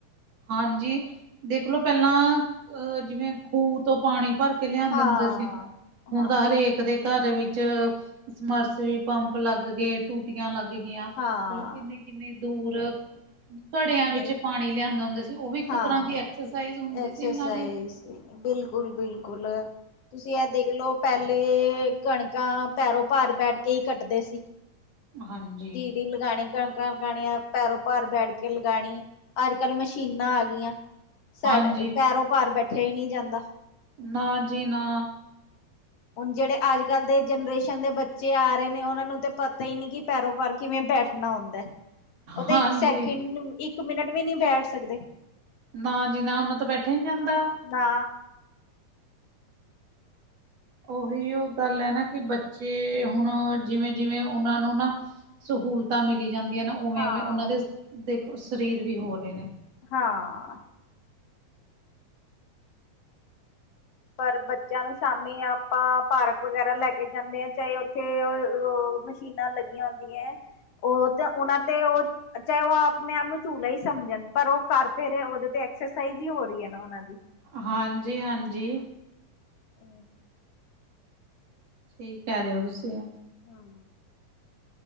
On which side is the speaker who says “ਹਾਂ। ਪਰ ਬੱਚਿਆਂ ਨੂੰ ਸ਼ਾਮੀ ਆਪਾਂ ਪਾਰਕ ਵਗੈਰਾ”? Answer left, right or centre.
Left